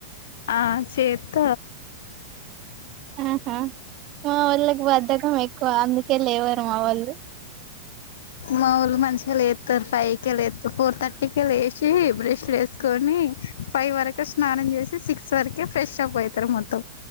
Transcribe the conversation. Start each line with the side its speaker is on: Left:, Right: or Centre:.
Left: ఆ చేత్త
Right: ఆహా మా వొళ్ళ కి బద్దకం ఎక్కువ అందుకే లేవరు మా వోల్లు
Left: మా వోళ్ళు మంచిగా లేత్తారు ఫైవ్ కే లేత్తారు ఫోర్ థర్టీకే లేచి బ్రష్ లు వేసుకొని ఫైవ్ వరకు స్నానం చేసి సిక్స్ వరకే ఫ్రెష్ అప్ అయితారు మొత్తం